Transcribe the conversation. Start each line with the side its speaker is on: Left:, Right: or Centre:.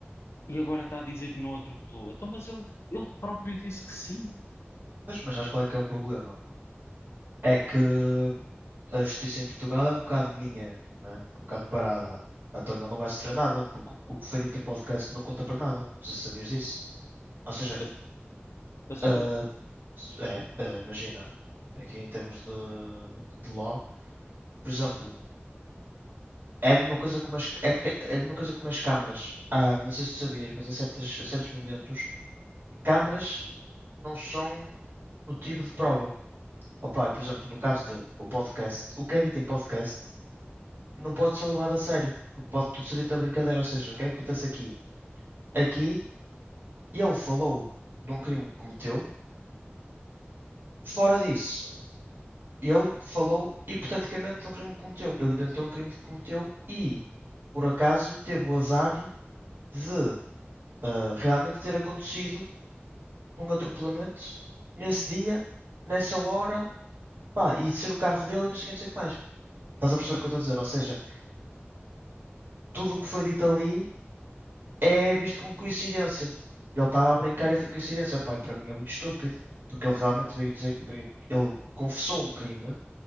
Left: e agora está a dizer que não atropelou. Então, mas ele, ele próprio disse que sim.
Right: mas, mas sabes qual é que é o problema? É que a justiça em Portugal é um bocado ninguém, não é? É um bocado parada. Então ele não vai sofrer nada, porque o, o que foi dito em podcast não conta para nada. Não sei se sabias disso. Ou seja,
Left: A, s- a sério?
Right: ah, É, eh, imagina, aqui em termos de, de law, por exemplo, é a mesma coisa com umas, é porque, é a mesma coisa com umas câmaras. Ah, não sei se tu sabias, mas em certas, em certos momentos, câmaras não são motivo de prova. Opa, e, por exemplo, no caso dele, o podcast, o que é dito em podcast não pode ser levado a sério. porque Pode tudo ser dito a brincadeira. Ou seja, o que é que acontece aqui? Aqui ele falou de um crime que cometeu, fora disso. Ele falou hipoteticamente de um crime que cometeu. Ele inventou um crime que cometeu e, por acaso, teve o azar de ah, realmente ter acontecido um atropelamento nesse dia, nessa hora, pá, e ser o carro dele e não sei o que, não sei o que mais. Estás a perceber o que eu estou a dizer? Ou seja, tudo o que foi dito ali é visto como coincidência. Ele estava a brincar e foi coincidência. Pá, e para mim é muito estúpido, porque ele realmente veio dizer, veio- ele confessou um crime